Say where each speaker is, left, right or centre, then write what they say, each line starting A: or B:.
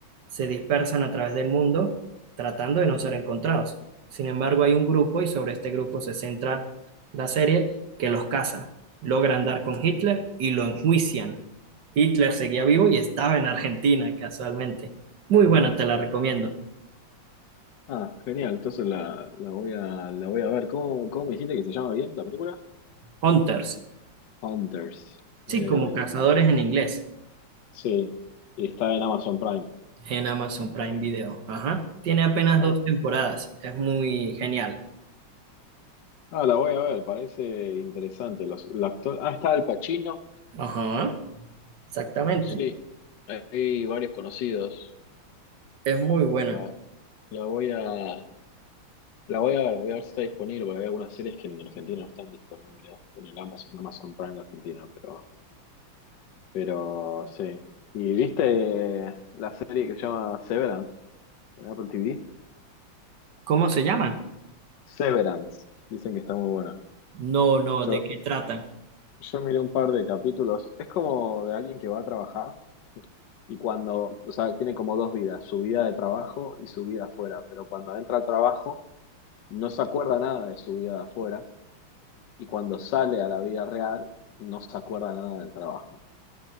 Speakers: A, on the right; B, on the left.
A: se dispersan a través del mundo tratando de no ser encontrados. Sin embargo, hay un grupo y sobre este grupo se centra la serie que los caza, logran dar con Hitler y lo enjuician. Hitler seguía vivo y estaba en Argentina casualmente. Muy buena, te la recomiendo.
B: Ah, genial. Entonces la, la voy a, la voy a ver. ¿Cómo, cómo me dijiste que se llama bien la película?
A: Hunters,
B: Hunters.
A: sí,
B: Eh,
A: como cazadores en inglés,
B: sí. Y está en Amazon Prime.
A: en Amazon Prime Video. Ajá. Tiene apenas
B: Ah,
A: dos temporadas, es muy genial.
B: ah, la voy a ver. Parece interesante. Los, el actor- ah, está Al Pacino.
A: Ajá, exactamente,
B: Sí, hay varios conocidos.
A: es muy buena.
B: La, la voy a, la voy a ver, voy a ver si está disponible, porque hay algunas series que en Argentina no están disponibles, en el Amazon, en Amazon Prime de Argentina, pero, pero sí. ¿Y viste la serie que se llama Severance en Apple TV?
A: ¿Cómo se llama?
B: Severance, dicen que está muy buena.
A: No, no,
B: Yo,
A: ¿de qué trata?
B: yo miré un par de capítulos, es como de alguien que va a trabajar y cuando, o sea, tiene como dos vidas, su vida de trabajo y su vida afuera, pero cuando entra al trabajo no se acuerda nada de su vida de afuera y cuando sale a la vida real no se acuerda nada del trabajo.